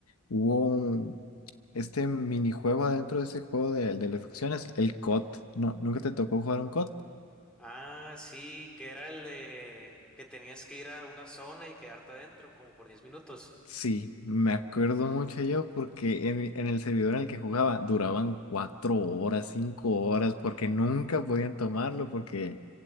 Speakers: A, on the left; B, in the centre.
A: Hubo un- este minijuego adentro de ese juego de, de las acciones, el COD. No, ¿nunca te tocó jugar un COD?
B: Ah, sí, que era el de que tenías que ir a una zona y quedarte adentro como por 10 minutos.
A: Sí, me acuerdo mucho yo porque en, en el servidor en el que jugaba duraban cuatro horas, cinco horas, porque nunca podían tomarlo, porque,